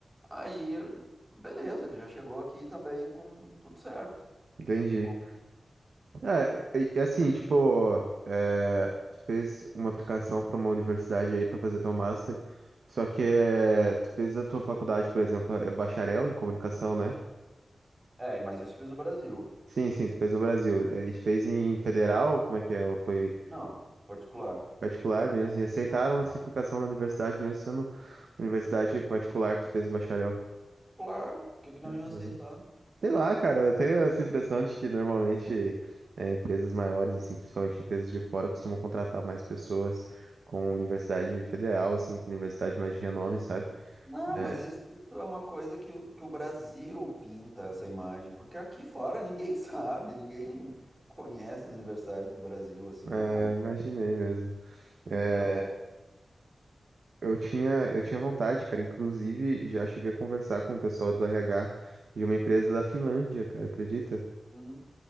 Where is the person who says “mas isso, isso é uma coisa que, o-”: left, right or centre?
Right